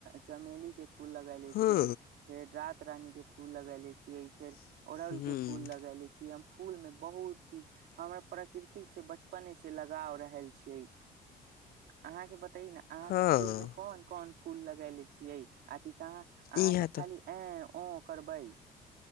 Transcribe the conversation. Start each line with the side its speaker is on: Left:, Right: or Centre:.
Right: चमेली के फूल लगा ले छीयै
Left: हँ
Right: फेर रात रानी के फूल लगैले छी फेर ओड़हल
Left: हँ
Right: के फूल लगले छीय हम फूल में बहुत चीज हमर प्रकृति से बचपने से लगाव रहल छियै अहाँके बतय ने अहाँ
Left: हँ
Right: के फूल में कोन कोन फूल लगेले छियै आथी कहाँ अहाँके
Left: इहे त
Right: खाली ए ओ करबै